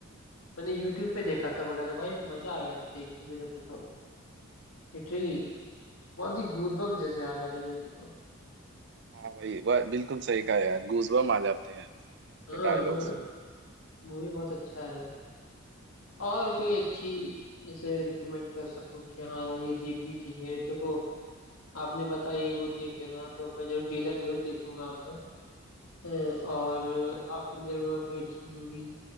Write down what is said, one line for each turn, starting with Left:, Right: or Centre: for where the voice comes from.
Left: मैंने यूट्यूब पे देखा था बड़ा तो भाई मजा आ गया था देख के मेरे को तो लिटरली बहुत ही गूजबम्प जैसे आ गए थे मेरे को तो
Right: हाँ भाई वह बिल्कुल सही कहा यार गूजबम आ जाते हैं उसके
Left: हाँ
Right: डायलॉग
Left: हाँ
Right: सुन के
Left: मूवी बहुत अच्छा है वो और कोई अच्छी जैसे रिकमेंड कर सको कि हाँ यार ये देखनी चाहिए देखो आपने बताई वो देख लेना तो मैं जरूर जेलर जरूर देखूंगा आप में हाँ, और आपके नजर में और कोई अच्छी मूवी